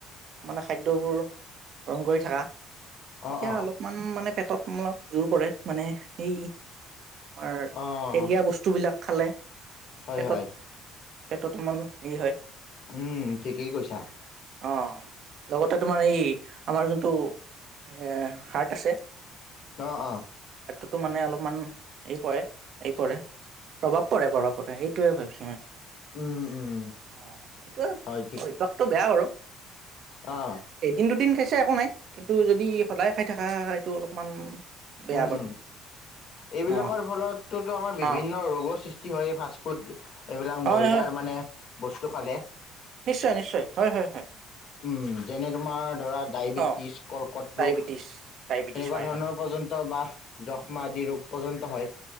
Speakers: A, on the right; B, on the left.
A: মানে খাদ্যবোৰ ৰ্ৰহণ কৰি থকা
B: অ',
A: এতিয়া
B: অ',
A: অলপমান মানে পেটত অলপ জোৰ পৰে মানে এই তোমাৰ
B: অ',
A: তেলীয়া বস্তুবিলাক খালে
B: হয়
A: পেটত
B: হয়
A: পেটত অকণমান হেৰি হয়
B: উম ঠিকেই কৈছা
A: অঁ লগতে তোমাৰ এই আমাৰ যোনটো এ হাৰ্ট আছে
B: অঁ অঁ
A: তটো মানে অলপমান হেৰি পৰে এই পৰে প্ৰভাৱ পৰে প্ৰভাৱ ক সেইটোৱে ভাবিছো মই
B: উম উম
A: অ এইটোয়ে
B: হয়
A: অভ্যসটো বেয়া বাৰু
B: অঁ
A: কি দুদিন খাইছে একো নাই কিন্তু যদি সদায় খাই থকা এইটো অলপমান বেয়া
B: উম
A: বাৰু
B: উম এইবিলাকৰ
A: অ
B: ফলতোতো আমাৰ বিভিন্ন
A: অ
B: ৰোগৰ সৃষ্টি কি হয় ফাষ্টফুড এইবিলাক
A: হয়
B: ময়দাৰ
A: হয়
B: মানে বস্তু খালে
A: নিশ্চয় নিশ্চয় হয় হয় হয়
B: উম যেনে তোমাৰ ডৰা ডায়বেটিচ
A: অ
B: ককট
A: ডায়েবেটিছ
B: ৰূগ
A: ডায়েবেটিছ
B: তেনেকুৱা
A: হয়
B: ধৰণৰৰ
A: হয়
B: <unintelligible> াহ যশ্মা আদি ৰোগ পৰ্যন্ত হয় উ